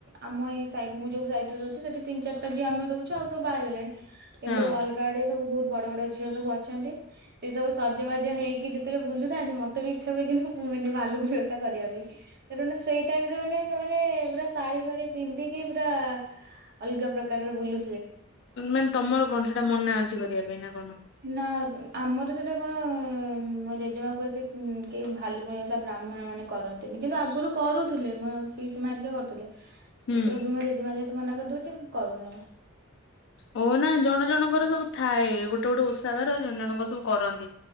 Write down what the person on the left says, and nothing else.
ହଁ
ମାନେ ତମର କଣ୍ ସେଟା ମନା ଅଛି କରିବା ପାଇଁ ନା କଣ?
ହୁଁ।
ଓ ନା ଜଣ ଜଣଙ୍କର ସବୁ ଥାଏ ଗୋଟେ ଗୋଟେ ଓଷ୍ ଉଷା ବାର ଜଣ ଜଣଙ୍କ ସବୁ କରନ୍ତି